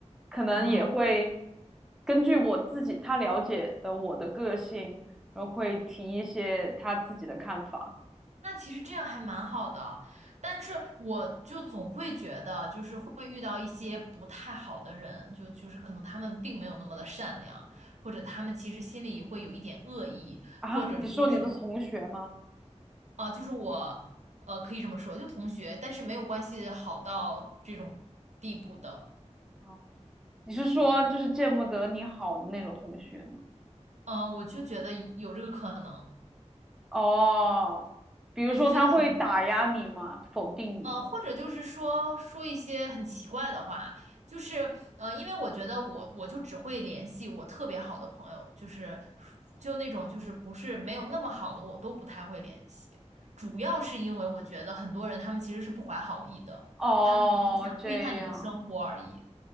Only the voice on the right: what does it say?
啊！
那其实这样还蛮好的，但是我就总会觉得，就是会遇到一些不太好的人，就就是可能他们并没有那么的善良，或者他们其实心里会有一点恶意，
或者说是，
啊、就是我，呃，可以这么说，就同学，但是没有关系好到这种地步的，
我，嗯、我就觉得有这个可能，
我就觉得很。
呃，或者就是说说一些很奇怪的话，就是呃，因为我觉得我我就只会联系我特别好的朋友，就是就那种就是不是没有那么好的我都不太会联系，主要是因为我觉得很多人他们其实是不怀好意的，
他们只是想窥探你的生活而已，